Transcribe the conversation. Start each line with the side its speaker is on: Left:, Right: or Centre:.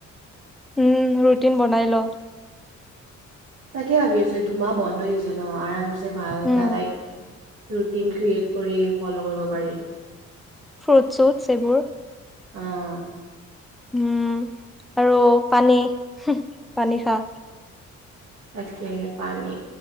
Centre: উম ৰুটিন বনাই ল।
Right: তাকে ভাবি আছো দুমাহ বন্ধ দিছে ন আৰাম ছে ভাল এটা
Centre: উম
Right: লাইফ ৰুটিন কৰি ফলৌ' কৰিব পাৰি।
Centre: ফ্ৰুট চুটছ এইবোৰ
Right: অহ
Centre: উম আৰু পানী পানী খা।
Right: তাকে পানী